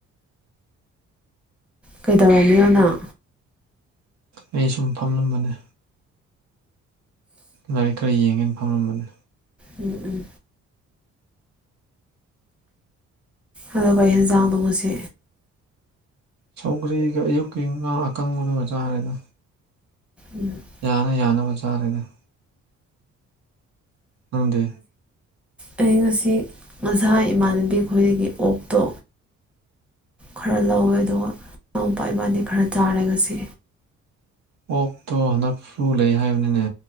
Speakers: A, in the centre; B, on the right.
A: ꯀꯩꯗꯧꯔꯝꯃꯤꯅꫭ ꯅꯪ
B: ꯑꯩ ꯁꯨꯝ ꯐꯝꯂꯝꯕꯅꯦ ꯂꯥꯏꯔꯤꯛ ꯈꯔ ꯌꯦꯡꯉꯦꯅ ꯐꯝꯂꯝꯝꯕꯅꯦ
A: ꯎꯝ ꯎꯝ ꯑꯗꯨꯒ ꯍꯦꯟꯖꯥꯡꯗꫭ ꯉꯁꯤ
B: ꯁꯧꯒ꯭ꯔꯤꯒ ꯑꯌꯨꯛꯀꯤ ꯉꯥ ꯑꯀꯪꯕꯗꯨꯒ ꯆꯥꯔꯦꯗ
A: ꯎꯝ <unintelligible>
B: ꯌꯥꯅ ꯌꯥꯅꯕ ꯆꯥꯔꯦꯗ ꯅꯪꯗꯤ
A: ꯑꯩ ꯉꯁꯤ ꯉꯁꯥꯏ ꯏꯃꯥꯟꯅꯕꯤ ꯑꯩꯈꯣꯏꯗꯒꯤ ꯑꯣꯛꯇꯣ ꯈꯔ ꯂꯧꯔꯦ ꯑꯗꯨꯒ ꯏꯅꯥꯎꯄꯥ ꯏꯕꯥꯅꯤ ꯈꯔ ꯆꯥꯔꯦ ꯉꯁꯤ
B: ꯑꯣꯛꯇꯣ ꯍꯟꯗꯛ ꯐꯂꯨ ꯂꯩ ꯍꯥꯏꯕꯅꯤꯅꯦ